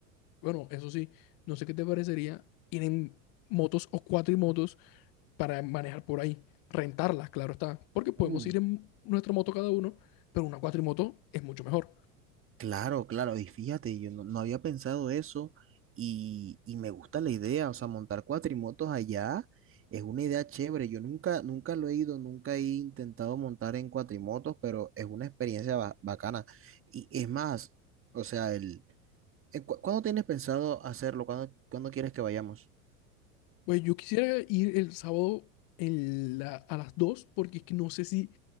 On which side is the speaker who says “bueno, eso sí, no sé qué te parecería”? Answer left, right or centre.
Left